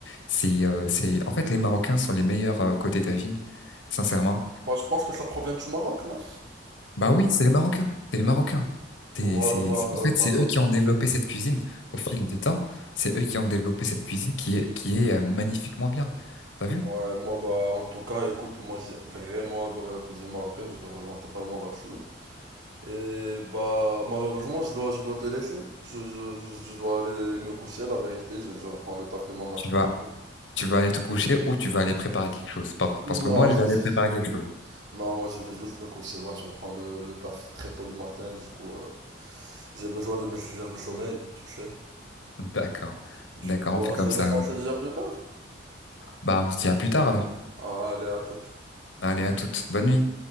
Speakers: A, on the left (about 80°); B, on the right (about 70°).
A: C'est, euh, c'est, en fait, les Marocains sont les meilleurs euh, côté tagine, sincèrement.
B: Bah, je pense que ça provient du Maroc, non?
A: Bah oui, c'est les Marocains, c'est les Marocains. C'est,
B: Voilà,
A: c'est,
B: bah,
A: c'est-
B: euh,
A: en fait,
B: bah,
A: c'est eux
B: comme-
A: qui ont développé cette cuisine au fil du temps. C'est eux qui ont développé cette cuisine qui est, qui est euh, magnifiquement bien. T'as
B: Ouais,
A: vu?
B: moi, bah, en tout cas, écoute, moi, j'ai vraiment adoré la cuisine marocaine, je te rejoins totalement là-dessus. Et, bah, malheureusement, je dois, je dois te laisser. Je, je, je, je dois aller me coucher, la vérité, je, je reprends le taf demain matin
A: Tu vas,
B: très tôt.
A: tu vas aller te coucher ou tu vas aller préparer quelque chose. Par- Parce que
B: Non,
A: moi, je
B: je-
A: vais aller préparer quelque chose.
B: non, moi, je vais juste me coucher, bah, je reprends le, le taf très tôt le matin, du coup, euh, j'ai besoin de mes 6 heures de sommeil, tu sais.
A: D'accord.
B: Du
A: D'accord,
B: coup,
A: on fait
B: on
A: comme
B: se
A: ça.
B: laisse
A: alors.
B: en se dire plus tard.
A: Bah, on se dit à plus tard alors.
B: Allez, à toute.
A: Allez, à toutes. Bonne nuit.